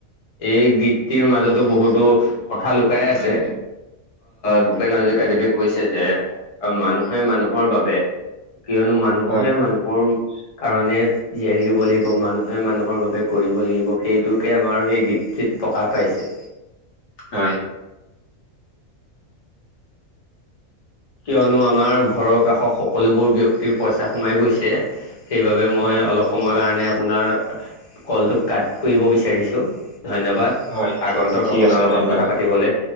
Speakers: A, on the left (about 30°); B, on the left (about 70°).
A: এই গীত গীতটি ৰ মাজতো বহুতো কথা লুকাই আছে
B: হয়
A: ভূপেন হাজৰিক দেৱে কৈছে যে মানুহে মানুহৰ বাবে কিয়নো মানুহে
B: হয়
A: মানুহৰ কাৰণে জীয়ই থাকিব লাগিব মানুহে মানুহৰ বাবে কৰিব লাগিব সেইটোকে আমাৰ সেই গীতটিত প্ৰকাশ পাইছে
B: হয়
A: কিয়নো আমাৰ ঘৰৰ কাষৰ সকলোবোৰ ব্যক্তিৰ পইচা সোমাই গৈছে সেইবাবে মই
B: হয়
A: অলপ সময়ৰ কাৰণে আপোনাৰ কলটো কাট কৰিব বিচাৰিছোঁ ধন্যবাদ
B: হয় ঠিক
A: আগন্তক
B: ঠিক
A: আপোনাৰ
B: আছে
A: লগত
B: ধন্যবাদ
A: কথা পাতিবলৈ